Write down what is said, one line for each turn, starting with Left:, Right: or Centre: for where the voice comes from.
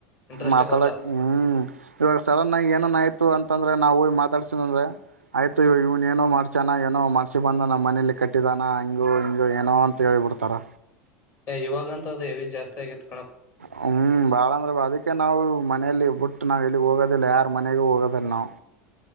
Left: ಇಂಟ್ರೆಸ್ಟೇ
Right: ಮಾತಾಡಕ್
Left: ಬರಲ್ಲ
Right: ಹ್ಮ್ ಇವಾಗ ಸಡನ್ ಆಗಿ ಏನನ್ ಆಯ್ತು ಅಂತಂದ್ರೆ ನಾವು ಮಾತಡ್ಸೀ ಅಂದ್ರೆ ಆಯ್ತು ಇವನ್ ಏನೋ ಮಾಡಸಣ ಏೋ ಮಾಡಸಿ ಬಂದ ನ್ ಮನೇಲಿ ಕಟ್ಟ ಟ್ಟಿದಾನ ಹಂಗು ಹಂಗ ಏನೋ ಅಂತ ಹೇಳಿಬಿಡ್ತ ತ್ತರ
Left: ಇವಾಗ ಅಂತ ಅದು ಹೆವಿ ಜಾಸ್ತಿ ಆಗಿತ್ತು
Right: ಹ್ಮ್ ಬಾಳ ಅಂದ್ರೆ ಬಾದ ನಾವು ಮನೆಯಲ್ಲಿ ಬಿಟ್ಟು ನಾವು ಎಲ್ಲಿ ಹೋಗೋದಿಲ್ಲ ಯಾರು ಮನೆಗೂ ಹೋಗೋದಿಲ್ಲ ನಾವು